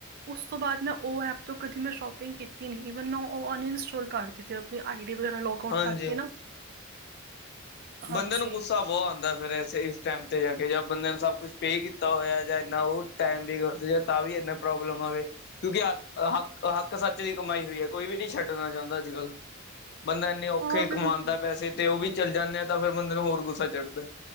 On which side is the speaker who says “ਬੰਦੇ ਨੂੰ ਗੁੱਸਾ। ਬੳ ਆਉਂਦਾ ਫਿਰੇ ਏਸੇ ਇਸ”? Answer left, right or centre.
Left